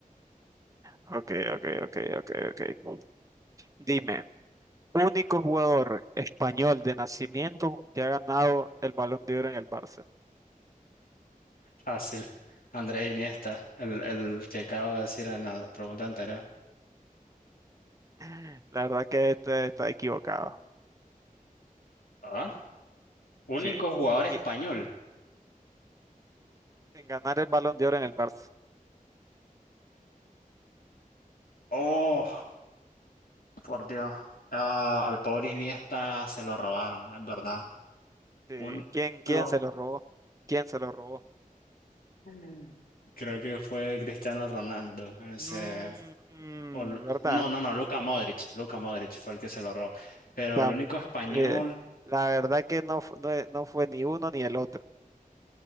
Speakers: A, on the right (about 20°); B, on the left (about 85°).
A: Ok, ok, ok, ok, ok. Dime, único jugador español de nacimiento que ha ganado el Balón de Oro en el Barça.
B: Fácil. Andrés Iniesta, el, el que acabo de decir en la pregunta anterior.
A: <laughs> La verdad que este está equivocado.
B: ¿Ah? Único
A: Sí.
B: jugador español.
A: Y en ganar el Balón de Oro en el Barça.
B: Oh, por Dios. Ah, al pobre Iniesta se lo robaron, es verdad.
A: Sí,
B: Único.
A: ¿Quién, quién se lo robó? ¿Quién se lo robó?
B: Mm. Creo que fue Cristiano Ronaldo. ese
A: Mm, mm,
B: o Lu-
A: ¿verdad?
B: no, no, no, Luka Modric, Luka Modric fue el que se lo robó. Pero
A: Tam-
B: el único español,
A: eh, la verdad que no, fu- no, e- no fue ni uno ni el otro.